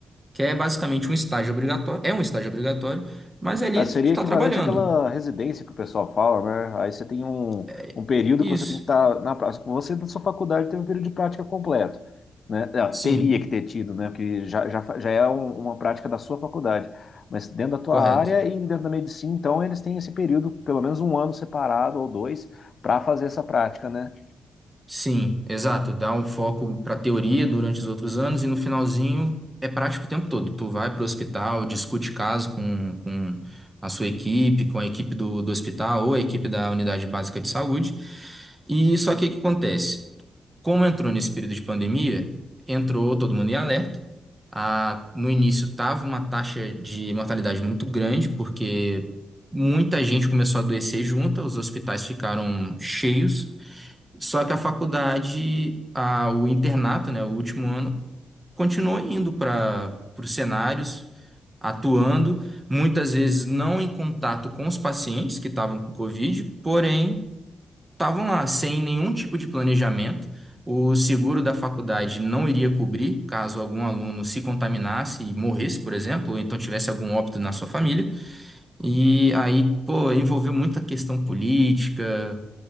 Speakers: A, on the right (about 15°); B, on the left (about 55°).
A: Que é basicamente um estágio obrigatório, é um estágio obrigatório, mas ali
B: Ah,
A: tu,
B: seria
A: tu tá
B: equivalente
A: trabalhando.
B: àquela residência que o pessoal fala, né? Aí você tem um,
A: É
B: um período
A: Isso.
B: que você tem que estar na prática. Você, na sua faculdade, teve um período de prática completo, né? Ah,
A: Sim,
B: teria que ter tido, né? Porque já, já, fa- já é um- uma prática da sua faculdade. Mas dentro da tua
A: correto.
B: área e dentro da medicina, então, eles têm esse período, pelo menos um ano separado ou dois, para fazer essa prática, né?
A: Sim, exato. Dá um foco para teoria durante os outros anos e no finalzinho é prático o tempo todo. Tu vai para o hospital, discute caso com, com a sua equipe, com a equipe do, do hospital ou a equipe da unidade básica de saúde. E só que o que acontece? Como entrou nesse período de pandemia, entrou todo mundo em alerta. A, no início estava uma taxa de mortalidade muito grande, porque muita gente começou a adoecer junta, os hospitais ficaram cheios. Só que a faculdade, a- o internato, né, o último ano, continuou indo para os cenários, atuando, muitas vezes não em contato com os pacientes que estavam com Covid, porém estavam lá sem nenhum tipo de planejamento. O seguro da faculdade não iria cobrir caso algum aluno se contaminasse e morresse, por exemplo, ou então tivesse algum óbito na sua família. E aí, pô, envolveu muita questão política.